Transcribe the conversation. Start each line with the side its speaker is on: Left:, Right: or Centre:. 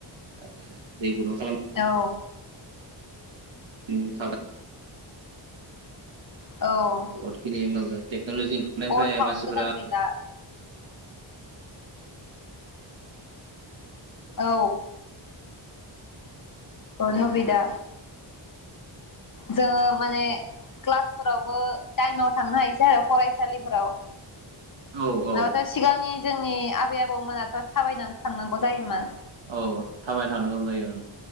Right: आरो दैखौनो खालामो
Left: अ
Right: <unintelligible>
Left: औ
Right: <unintelligible> टेक्न'लजि ओंखारनायनिफ्राय
Left: अर सावनो
Right: मानसिफोरा
Left: गोनां गैला औ बहत हुबिदा जोङो माने क्लासफोरावबो टाइमाव थांनो हायोसै आरो फरायसालिफोराव
Right: औ औ
Left: नङाथ सिगांनि जोंनि आबै आबौमोनाथ' थाबायनानैसो थांनांगौ जायोमोन
Right: औ थाबाय थानांगौ जायो